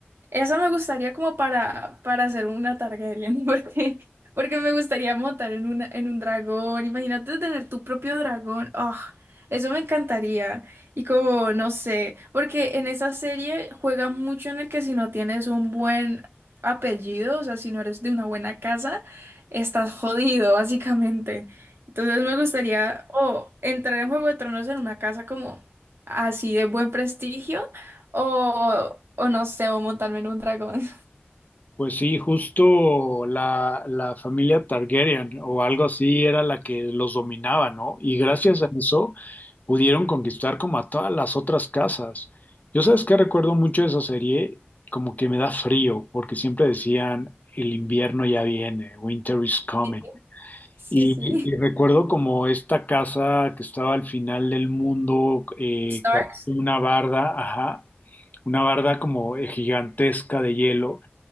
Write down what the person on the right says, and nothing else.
Esa me gustaría como para, para hacer una Targaryen, <laughs> porque, porque me gustaría montar en una, en un dragón. Imagínate tener tu propio dragón. Oh, eso me encantaría. Y como, no sé, porque en esa serie juega mucho en el que si no tienes un buen apellido, o sea, si no eres de una buena casa estás jodido, básicamente. Entonces me gustaría o entrar en Juego de Tronos en una casa como así de buen prestigio o, o no sé, o montarme en un dragón.
<laughs> Sí,
sí. sí.
Stark.